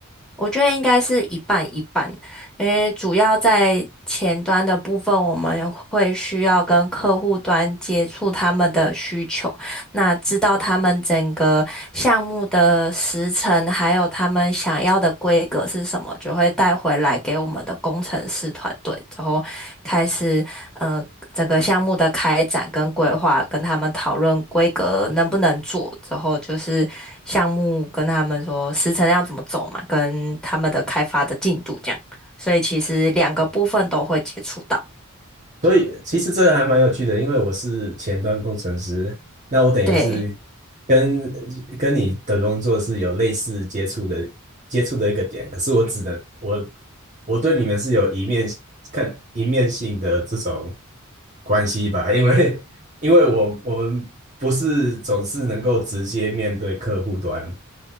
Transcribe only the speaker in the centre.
我觉得应该是一半一半，因为主要在前端的部分，我们会需要跟客户端接触他们的需求，那知道他们整个项目的时程，还有他们想要的规格是什么，就会带回来给我们的工程师团队，之后开始。呃整个项目的开展跟规划，跟他们讨论规格能不能做，之后就是项目跟他们说时程要怎么走嘛，跟他们的开发的进度这样。所以其实两个部分都会接触到。
对，